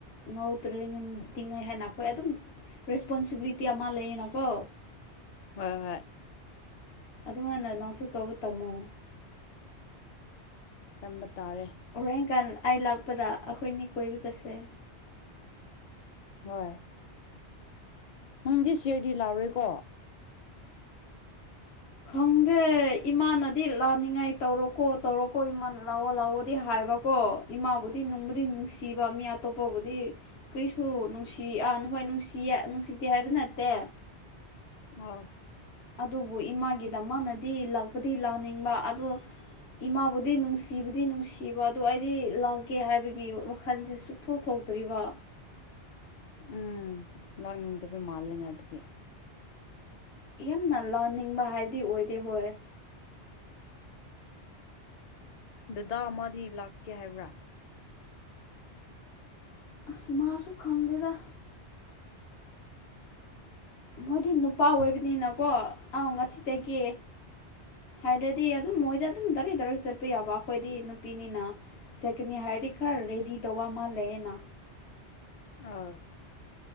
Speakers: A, on the left; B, on the left.
A: ꯉꯧꯗ꯭ꯔꯤꯉꯩ ꯇꯤꯡꯉ ꯍꯥꯏꯅ ꯑꯩꯈꯣꯏ ꯑꯗꯨꯝ ꯔꯦꯁꯄꯣꯟꯁꯤꯕꯤꯂꯤꯇꯤ ꯑꯃ ꯂꯩꯌꯦꯅꯀꯣ
B: ꯍꯣꯏ ꯍꯣꯏ
A: ꯑꯗꯨꯝꯃꯥꯏꯅ ꯅꯪꯁꯨ ꯇꯧꯕ ꯇꯝꯃꯣ
B: ꯇꯝꯕ ꯇꯥꯔꯦ
A: ꯍꯣꯔꯦꯟꯀꯥꯟ ꯑꯩ ꯂꯥꯛꯄꯗ ꯑꯩꯈꯣꯏꯅꯤ ꯀꯣꯏꯕ ꯆꯠꯁꯦ
B: ꯍꯣꯏ ꯅꯪꯗꯤ ꯁꯤꯌꯔꯗꯤ ꯂꯧꯔꯦꯀꯣ
A: ꯈꯪꯗꯦ ꯏꯃꯥꯅꯗꯤ ꯂꯥꯅꯤꯡꯉꯥꯏ ꯇꯧꯔꯣꯀꯣ ꯇꯧꯔꯣꯀꯣ ꯏꯃꯥꯅ ꯂꯥꯛꯑꯣ ꯂꯥꯛꯑꯣ ꯗꯤ ꯍꯥꯏꯕꯀꯣ ꯏꯃꯥꯕꯨꯗꯤ ꯅꯨꯡꯕꯨꯗꯤ ꯅꯨꯡꯁꯤꯕ ꯃꯤ ꯑꯇꯣꯞꯄꯕꯨꯗꯤ ꯀꯔꯤꯁꯨ ꯅꯨꯡꯁꯤ ꯑꯥ ꯍꯣꯏ ꯅꯨꯡꯁꯤꯌꯦ ꯅꯨꯡꯁꯤꯗꯦ ꯍꯥꯏꯕ ꯅꯠꯇꯦ
B: ꯑꯥꯎ
A: ꯑꯗꯨꯕꯨ ꯏꯃꯥꯒꯤ ꯗꯥꯃꯛꯗꯗꯤ ꯂꯥꯛꯄꯗꯤ ꯂꯥꯛꯅꯤꯡꯕ ꯑꯗꯨ ꯏꯃꯥꯕꯨꯗꯤ ꯅꯨꯡꯁꯤꯕꯨꯗꯤ ꯅꯨꯡꯁꯤ ꯀꯤꯕ ꯑꯗꯣ ꯑꯩꯗꯤ ꯂꯥꯛꯀꯦ ꯍꯥꯏꯕꯒꯤ ꯋꯥꯈꯜꯁꯦ ꯁꯨꯊꯣꯛ ꯊꯣꯛꯇ꯭ꯔꯤꯕ
B: ꯎꯝ ꯂꯥꯛꯅꯤꯡꯗꯕꯩ ꯃꯥꯜꯂꯦꯅꯦ ꯑꯗꯨꯗꯤ
A: ꯌꯥꯝꯅ ꯂꯥꯛꯅꯤꯡꯕ ꯍꯥꯏꯕꯗꯤ ꯑꯣꯏꯗꯦ ꯍꯣꯏ
B: ꯗꯗꯥ ꯑꯃꯗꯤ ꯂꯥꯛꯀꯦ ꯍꯥꯏꯕ꯭ꯔꯥ
A: ꯑꯁ ꯃꯁꯨ ꯈꯪꯗꯦꯗ ꯃꯣꯏꯗꯤ ꯅꯨꯄꯥ ꯑꯣꯏꯕꯅꯤꯅꯀꯣ ꯑꯪ ꯉꯁꯤ ꯆꯠꯀꯦ ꯍꯥꯏꯗꯗꯤ ꯑꯗꯨꯝ ꯃꯣꯏꯗꯤ ꯑꯗꯨꯝ ꯗꯥꯏꯔꯦꯛ ꯗꯥꯏꯔꯦꯛ ꯆꯠꯄ ꯌꯥꯕ ꯑꯩꯈꯣꯏꯗꯤ ꯅꯨꯄꯤꯅꯤꯅ ꯆꯠꯀꯅꯤ ꯍꯥꯏꯔꯗꯤ ꯈꯔ ꯔꯦꯗꯤ ꯇꯧꯕ ꯑꯃꯥ ꯂꯩꯌꯦꯅ
B: ꯑꯥꯎ